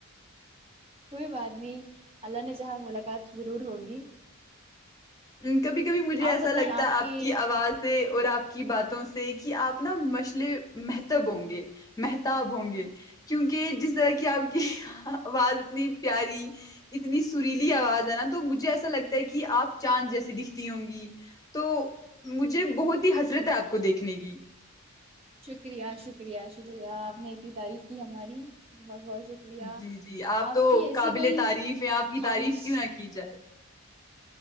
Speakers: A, on the right; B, on the left.
A: کوئی بات نہیں اللہ نے چاہا ملاقات ضرور ہوگی
B: ہ کبھی کبھی مجھے ایسا
A: آپ بتائیں
B: لگتا ہے
A: کے
B: آپ کی آواز سے اور آپ کی باتوں سے کہ آپ نا مشلے محتب ہوں گے محتاب ہوں گے کیونکہ جس طرح کی آپ کی آواز اتنی پیاری اتنی سریلی آواز ہے نا تو مجھے ایسا لگتا ہے کہ آپ چاند جیسی دکھتی ہوں گی تو مجھے بہت ہی حسرت ہے آپ کو دیکھنے کی
A: شکریہ شکریہ شکریہ آپ نے اتنی تعریف کی ہماری بہت بہت شکریہ
B: جی جی آپ تو
A: کی ایسی
B: قابل
A: کوئی
B: تعریف ہیں آپ کی تعریف
A: خواہش
B: کیوں نہ کی جائے